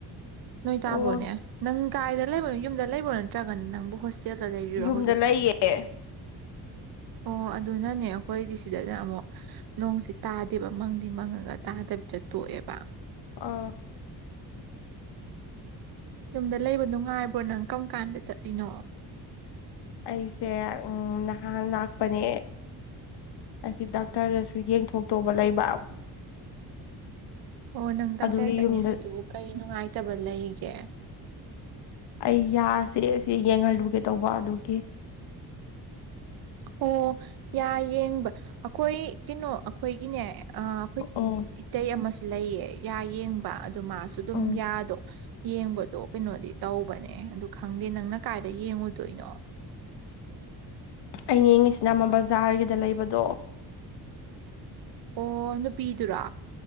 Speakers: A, on the right; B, on the left.
A: ꯅꯣꯏ ꯇꯥꯕ꯭ꯔꯣꯅꯦ
B: ꯑꯣ
A: ꯅꯪ ꯀꯥꯏꯗ ꯂꯩꯕꯅꯣ ꯌꯨꯝꯗ ꯂꯩꯕ꯭ꯔꯅꯦ ꯇ꯭ꯔꯒꯅ ꯅꯪꯕꯨ ꯍꯣꯁꯇꯦꯜꯗ ꯂꯩꯔꯤꯔꯣ
B: ꯌꯨꯝꯗ
A: ꯍꯧꯖꯤꯛꯁꯦ
B: ꯂꯩꯌꯦ
A: ꯑꯣ ꯑꯗꯨꯅꯅꯦ ꯑꯩꯈꯣꯏꯗꯤ ꯁꯤꯗꯅ ꯑꯃꯨꯛ ꯅꯣꯡꯁꯤ ꯇꯥꯗꯦꯕ ꯃꯪꯗꯤ ꯃꯪꯉꯒ ꯇꯥꯗꯕꯤꯗ ꯇꯣꯛꯑꯦꯕ
B: ꯑꯥ
A: ꯌꯨꯝꯗ ꯂꯩꯕ ꯅꯨꯡꯉꯥꯏꯕ꯭ꯔꯣ ꯅꯪ ꯀꯔꯝ ꯀꯥꯟꯗ ꯆꯠꯂꯤꯅꯣ
B: ꯑꯩꯁꯦ ꯎꯝ ꯅꯍꯥꯟ ꯂꯥꯛꯄꯅꯦ ꯑꯩꯒꯤ ꯗꯥꯛꯇꯔꯗꯁꯨ ꯌꯦꯡꯊꯣꯛꯇꯧꯕ ꯂꯩꯕ
A: ꯑꯣ ꯅꯪ ꯗꯥꯛꯇꯔ
B: ꯑꯗꯨꯒꯤ
A: ꯆꯠꯅꯤ
B: ꯌꯨꯝꯗ
A: ꯍꯥꯏꯗꯨꯕꯨ ꯀꯩ ꯅꯨꯡꯉꯥꯏꯇꯕ ꯂꯩꯒꯦ
B: ꯑꯩ ꯌꯥ ꯆꯤꯛꯑꯦ ꯑꯁꯤ ꯌꯦꯡꯍꯜꯂꯨꯒꯦ ꯇꯧꯕ ꯑꯗꯨꯒꯤ
A: ꯑꯣ ꯌꯥ ꯌꯦꯡꯕ ꯑꯈꯣꯏ ꯀꯩꯅꯣ ꯑꯩꯈꯣꯏꯒꯤꯅꯦ ꯑ ꯑꯈꯣꯏ
B: ꯎꯝ
A: ꯏꯇꯩ ꯑꯃꯁꯨ ꯂꯩꯌꯦ ꯌꯥ ꯌꯦꯡꯕ ꯑꯗꯨ ꯃꯥꯁꯨ ꯑꯗꯨꯝ
B: ꯎꯝ
A: ꯌꯥꯗꯣ ꯌꯦꯡꯕꯗꯣ ꯀꯩꯅꯣꯗꯤ ꯇꯧꯕꯅꯦ ꯑꯗꯨ ꯈꯪꯗꯦ ꯅꯪꯅ ꯀꯥꯏꯗ ꯌꯦꯡꯉꯨꯗꯣꯏꯅꯣ
B: ꯑꯩ ꯌꯦꯡꯉꯤꯁꯤꯅ ꯑꯃ ꯕꯖꯥꯔꯒꯤꯗ ꯂꯩꯕꯗꯣ
A: ꯑꯣ ꯅꯨꯄꯤꯗꯨꯔꯣ